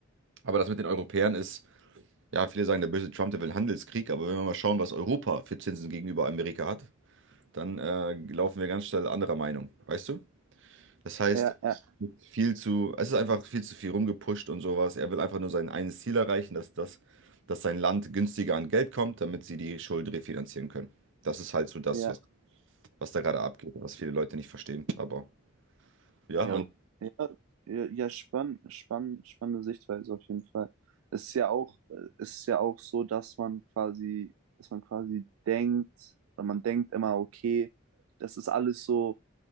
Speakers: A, on the right (about 60°); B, on the right (about 85°).
A: aber das mit den Europäern ist Ja, viele sagen, der böse Trump, der will einen Handelskrieg, aber wenn wir mal schauen, was Europa für Zinsen gegenüber Amerika hat, dann äh, laufen wir ganz schnell anderer Meinung, weißt du? Das heißt,
B: ja, ja,
A: viel zu, es ist einfach viel zu viel rumgepusht und sowas. Er will einfach nur sein eines Ziel erreichen, dass, das, dass sein Land günstiger an Geld kommt, damit sie die Schulden refinanzieren können. Das ist halt so das,
B: ja.
A: was, was da gerade abgeht, was viele Leute nicht verstehen. Aber ja,
B: Ja,
A: und
B: ja, ja, ja, spann, spann, spannende Sichtweise auf jeden Fall. Es ist ja auch, äh, es ist ja auch so, dass man quasi, dass man quasi denkt, oder man denkt immer, okay, das ist alles so